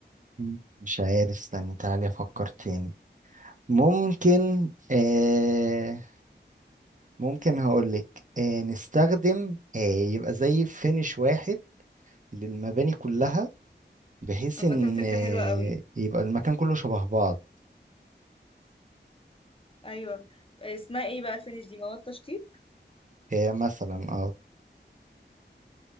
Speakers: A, on the right (about 45°); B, on the left (about 30°).
A: مم، مش عارف استني تعالي افكر تاني ممكن آه ممكن هقولك آه نستخدم آه يبقى زي فينش واحد للمباني كلها بحيث
B: عامة
A: ان
B: فكرة
A: آه،
B: حلوة قوي
A: يبقى المكان كله شبه بعض
B: ايوه اسمها ايه بقى الفينش دي مواد تشطيب
A: آه، مثلا اه